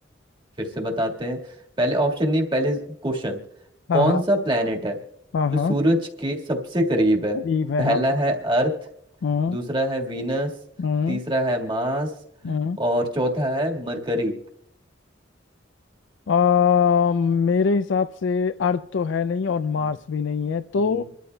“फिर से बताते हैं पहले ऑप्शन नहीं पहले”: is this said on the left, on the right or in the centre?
Right